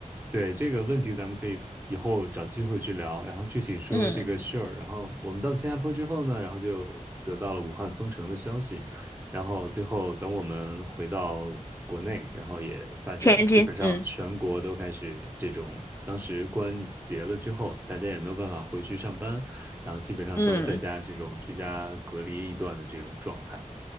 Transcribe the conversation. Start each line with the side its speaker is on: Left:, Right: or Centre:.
Right: 对，这个问题，咱们可以以后找机会去聊，然后具体说这个事儿。
Left: 嗯，
Right: 然后我们到新加坡之后呢，然后就得到了武汉封城的消息，然后最后等我们回到国内，然后也发现基本上全国都开始这种，
Left: 天津，嗯
Right: 当时关节了之后，大家也没有办法回去上班，然后基本上都是在家这种居家隔离一段的这种状态。
Left: 嗯。